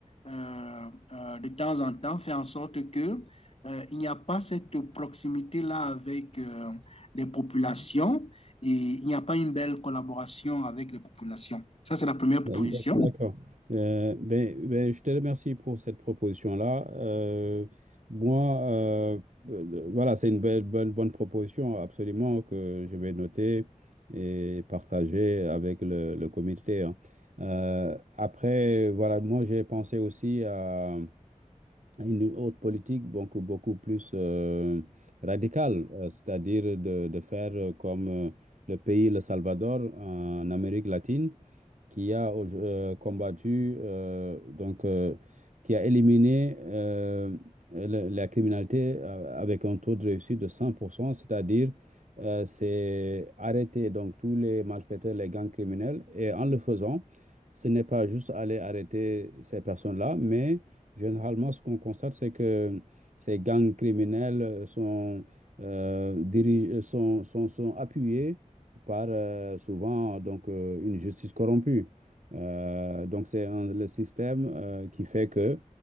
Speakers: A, on the left; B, on the right.
A: euh, euh, de temps en temps fait en sorte que euh, il n'y a pas cette proximité-là avec euh, les populations et il n'y a pas une belle collaboration avec les populations. Ça, c'est la première proposition.
B: D'ac- D'accord. Euh, ben, ben, je te remercie pour cette proposition-là. Euh, moi, euh, euh, voilà, c'est une belle, bonne, bonne proposition, absolument, que je vais noter et partager avec le, le comité. hein. Euh, après, voilà, moi, j'ai pensé aussi à à une autre politique beaucoup, beaucoup plus euh, radicale, euh, c'est-à-dire de, de faire euh, comme euh, le pays, le Salvador, en Amérique latine qui a euh, combattu, euh, donc, euh, qui a éliminé euh, le- la criminalité euh, avec un taux de réussite de 100%, c'est-à-dire euh, c'est arrêter donc tous les malfaiteurs, les gangs criminels, et en le faisant, ce n'est pas juste aller arrêter ces personnes-là, mais généralement, ce qu'on constate, c'est que ces gangs criminels sont, euh, dirige- sont, sont, sont appuyés par euh, souvent donc euh, une justice corrompue. Euh, donc c'est un- le système euh, qui fait que